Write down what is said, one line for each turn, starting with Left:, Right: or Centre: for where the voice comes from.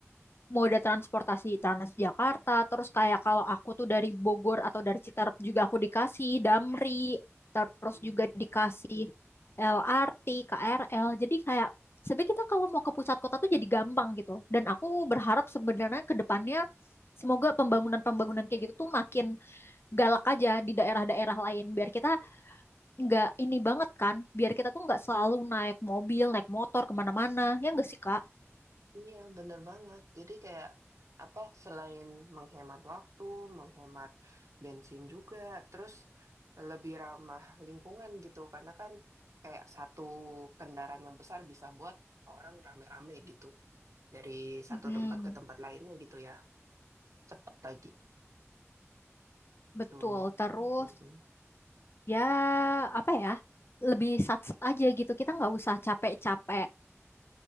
Left: moda transportasi Transjakarta terus kayak kalau aku tuh dari Bogor atau dari Citarap juga aku dikasih Damri terus
Right: Hmm.
Left: juga dikasih LRT KRL jadi kayak sebenarnya kita kalau mau ke pusat kota tuh jadi gampang gitu dan aku berharap sebenarnya ke depannya semoga pembangunan-pembangunan kayak gitu tuh makin galak aja di daerah-daerah lain biar kita nggak ini banget kan biar kita tuh nggak selalu naik mobil naik motor kemana-mana ya nggak sih Kak?
Right: Iya, bener banget. Jadi kayak apa selain menghemat waktu, menghemat bensin juga, terus lebih ramah lingkungan gitu. Karena kan kayak satu kendaraan yang besar bisa buat orang rame-rame gitu. Dari satu
Left: Mm-mm.
Right: tempat ke tempat lainnya gitu ya. cepat lagi.
Left: Betul,
Right: Tuh.
Left: terus
Right: Mm-mm.
Left: ya apa ya lebih sat aja gitu kita nggak usah capek-capek